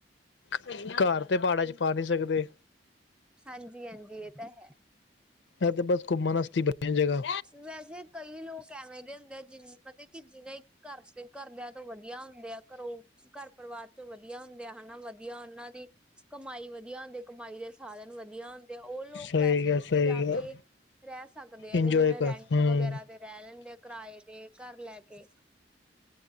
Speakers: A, on the left; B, in the centre.
A: ਕੋਈ ਨਾ ਘਰ ਤੇ ਪਹਾੜਾਂ 'ਚ' ਪਾ ਨਹੀਂ ਸਕਦੇ।
B: ਹਾਂਜੀ-ਹਾਂਜੀ ਇਹ ਤਾਂ ਹੈ।
A: ਐ ਤੇ ਬੱਸ ਘੁੰਮਣ ਆਸਤੇ ਬਣੀ ਆ ਜਗਾ।
B: ਵੈਸੇ ਕਈ ਲੋਕ ਐਵੇਂ ਦੇ ਹੁੰਦੇ ਆ ਜਿਨ ਮਤਲਬ ਕਿ ਜਿਹਨੇ ਘਰ ਤੇ ਘਰ ਦਿਆ ਸਭ ਤੋਂ ਵਧੀਆ ਹੁੰਦੇ ਆ, ਘਰੋਂ ਘਰ। ਪਰਿਵਾਰ ਤੋਂ ਵਧੀਆ ਹੁੰਦੇ ਹਨਾ, ਵਧੀਆ ਉਹਨਾਂ ਦੀ ਕਮਾਈ ਵਧੀਆ ਹੁੰਦੀ ਕਮਾਈ ਦੇ ਸਾਧਨ ਵਧੀਆ ਹੁੰਦੇ ਆ, ਉਹ ਲੋਕ
A: ਸਹੀ
B: ਵੈਸੇ
A: ਗ
B: ਉੱਥੇ
A: ਸਹੀ
B: ਜਾ ਕੇ
A: ਗ
B: ਰਹਿ ਸਕਦੇ ਆ।
A: ਇੰਜੋਏ
B: ਜਿਵੇਂ
A: ਕਰ
B: ਰੈਂਟ
A: ਹਮ
B: ਵਗੈਰਾ ਤੇ ਰਹਿ ਲੈਂਦੇ ਆ ਕਿਰਾਏ ਦੇ ਘਰ ਲੈ ਕੇ।